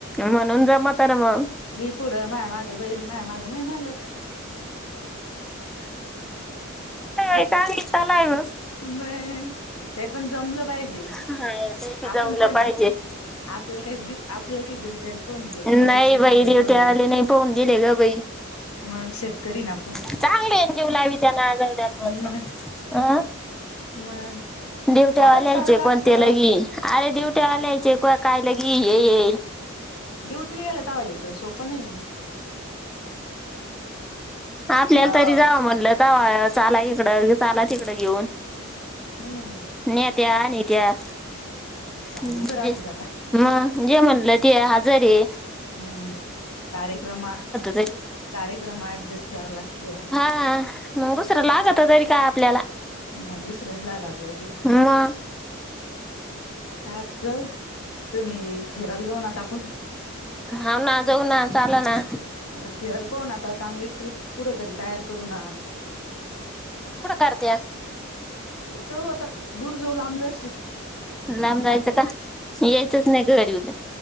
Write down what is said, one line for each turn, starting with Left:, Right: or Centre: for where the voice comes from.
Centre: म्हणून जमा तर मग.
Left: मी पुढं माय मागे बैल, मा्या मागे माय मालक. अस
Centre: र तलाय. <unintelligible>
Left: मग, ते पण जमलं पाहिजे.
Centre: हा, ते पी
Left: आपण
Centre: जमलं
Left: कोण
Centre: पायजेच.
Left: आहे आपल्याला काही देऊ आपल्याला काही ड्युटीला पाहून देईल
Centre: नाही
Left: ना, आपल्याला शेतकरी
Centre: बाई विडीओ
Left: पाहून
Centre: ते
Left: देईल
Centre: आले नाही पाऊन दिले ग बाई.
Left: मग शेतकरी ना आपण.
Centre: चांगले एकजीव लावी त्यांना आजवड्यांवर,,
Left: मग
Centre: हां
Left: मग
Centre: डुट्यावाला
Left: सारच
Centre: वाल्याचे
Left: करावं लागतं
Centre: कोणते लगी, अरे ड्युट्यावालाचे क काय ते लगी. ये ये
Left: ड्यूटलला तवा येत. तर सोप नाही,,,
Centre: आपल्याला
Left: हा.
Centre: तरी जावं म्हणलं चाला इकडं, ह्यो चाला तिकडं घेऊन,,
Left: हम्म
Centre: नेत त्या नेत्या.
Left: चालूच
Centre: हं,
Left: राहतच
Centre: जे
Left: आता
Centre: मग जे म्हणलं ते आजारी ए.
Left: मग कार्यक्रमं,,
Centre: तरी
Left: कार्यक्रम अॅडजस्ट करा लागत्या.
Centre: हा,, मग दुसरं लागतं तरी काय आपल्याला.
Left: नाही, दुसरं नाही लागं आपल्याला दे
Centre: मग.
Left: आत जाऊ, तुम्ही फिरायला जाऊ ना आता आपण
Centre: हा ना जाऊ ना चालं ना.
Left: आता फिरायला पाहु ना आता चांगली ट्रीप कुठ तरी तयार करूना.
Centre: कुठे करत्यात
Left: पुढचं आता दूरदेव लांबदर्शी
Centre: लांब राहायचं का यायचंच नाही घरी उद्या